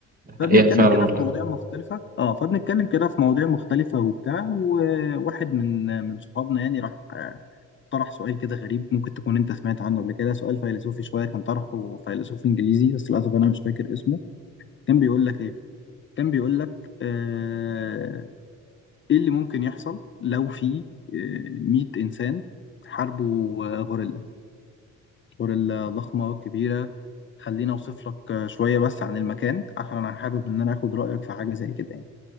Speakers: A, on the left; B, on the right.
A: فبنتكلم
B: حقيقة فعلا
A: كده
B: والله
A: في مواضيع مختلفة اه فبنتكلم كده في مواضيع مختلفة وبتاع وواحد من من صحابنا يعني راح آه، طرح سؤال كده غريب ممكن تكون انت سمعت عنه قبل كده سؤال فيلسوفي شوية كان طرحه فيلسوف انجليزي بس للأسف انا مش فاكر اسمه كان بيقول لك ايه كان بيقول لك آه ايه اللي ممكن يحصل لو في آه 100 انسان حاربوا آه، غوريلا غوريلا ضخمة كبيرة خليني اوصف لك آه، شوية بس عن المكان عشان انا حابب ان انا اخد رأيك في حاجة زي كده يعني.